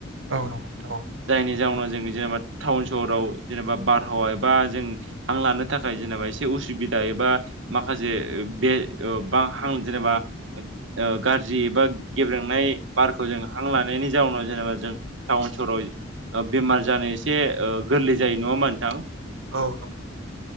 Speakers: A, on the right; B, on the right.
A: औ नंगौ नोंथां औ नंगौ नोंथां
B: जायनि जाहनाव जों जेनेबा थाउन सहराव जेनेबा बार बारहावा एबा जों हां लानो थाखाय जेनेबा एसे उसुबिदा एबा माखासे बे अ बा हां जेनेबा अ गाज्रि एबा गेब्रेंनाय बारखौ जों हां लानायनि जाउनाव जेनेबा जों टाउन सहराव बेमार जानो एसे गोरलै जायो नङामा नोंथां
A: औ नंगौ थां